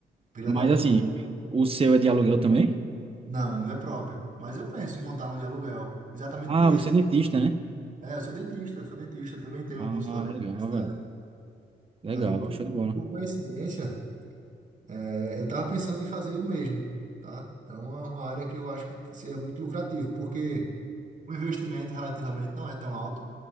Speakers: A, on the right; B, on the right.
A: Pela
B: Mas
A: demanda
B: assim,
A: de.
B: o seu é de aluguel também?
A: Não, o meu é próprio. Mas eu penso em montar um de aluguel. Exatamente
B: Ah,
A: por isso.
B: você é dentista, né?
A: É, eu sou dentista, eu sou dentista, também tenho
B: Ah,
A: um consultório aqui
B: legal,
A: na minha cidade.
B: velho. Legal,
A: Aí, por,
B: show de bola.
A: por coincidência, é, eu tava pensando em fazer o mesmo, tá? É uma, uma área que eu acho que seria muito lucrativo, porque. O investimento relativamente não é tão alto,